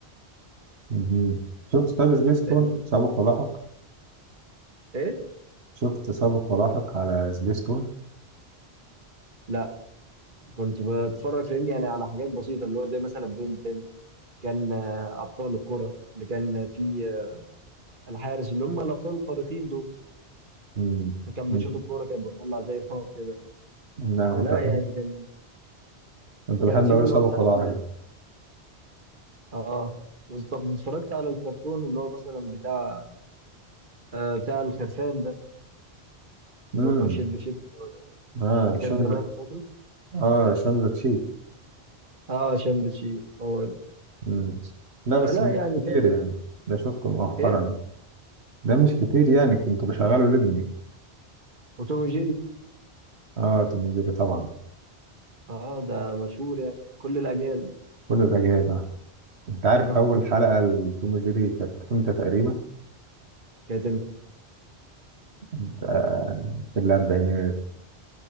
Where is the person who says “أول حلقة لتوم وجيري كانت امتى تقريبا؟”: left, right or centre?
Right